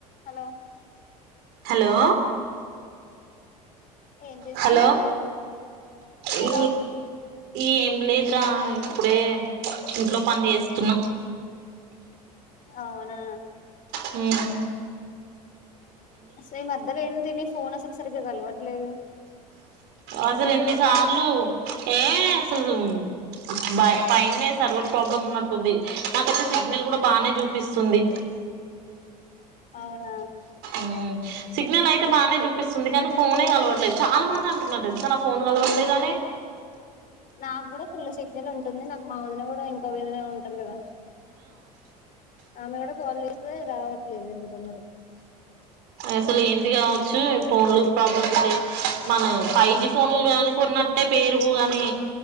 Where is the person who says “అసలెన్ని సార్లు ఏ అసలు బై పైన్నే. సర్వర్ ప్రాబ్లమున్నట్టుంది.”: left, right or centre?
Right